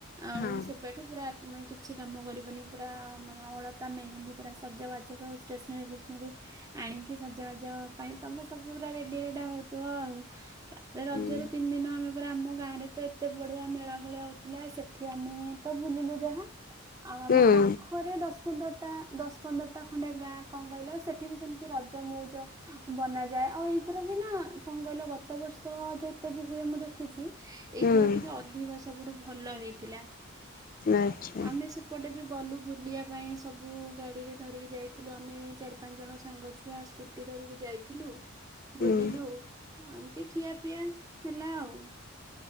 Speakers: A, on the right; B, on the left.
A: ଆଉ
B: ହଁ
A: ସେବେଠୁ ପୁର ତୁମେ କିଛି କାମ କରିବନି ପୁରା ମାନେ ଅଳତା ମେହେନ୍ଦୀ ପୁରା ସଜବାଜ ସବୁ ଷ୍ଟେସନାରୀ ଫେସନାରୀ ଆଣିକି ସଜବାଜ ଯ ପାଇଁ ତମେ ସବୁ ପୁରା ରେଡି ରେଟା ହଉଥିବ ଆଉ। ରଜରେ
B: ହୁଁ
A: ତିନି ଦିନ ଆମେ ପ ଆମ ଗାଁ ରେ ତ ଏତେ ବଢିଆ ମେଳା ଭଳିଆ ହଉଥିଲା ସେଠି ଆମେ ତ ବୁଲିଲୁ ଯାହା। ଆଉ
B: ହୁଁ
A: ଆମ ପାଖରେ ଦଶ ପନ୍ଦରଟା ଦଶ ପନ୍ଦରଟା ଖଣ୍ଡେ ଗାଁ କଣ କହିଲ ସେଠି ବି ସେମିତି ରଜ ମଉଜ ବନାଯାଏ ଆଉ ଏଇଥର ବି ନା କଣ କହିଲ ଗତ ବର୍ଷ ଯେତେ ବି ହୁଏ ମୁଁ ଦେଖିଛି। ଏଇଥର
B: ହୁଁ
A: ଟିକେ ଅଭିବାସ ସବୁଠୁ ଭଲ ହେଇଥିଲା।
B: ଆଚ୍ଛା
A: ଆଉ ଆମେ ସେପଟେ ବି ଗଲୁ ବୁଲିବା ପାଇଁ ସବୁ ଗାଡିରେ ଧରିକି ଯାଇଥିଲୁ ଆମେ ଚାରି ପାଞ୍ଚ ଜଣ ସାଙ୍ଗ ଛୁଆ ସ୍କୁଲ ିକି ଯାଇଥିଲୁ
B: ହୁଁ
A: ବୁଲିଲୁ ଏମିତି ଖିଆ ପିଆ ହେଲା ଆଉ।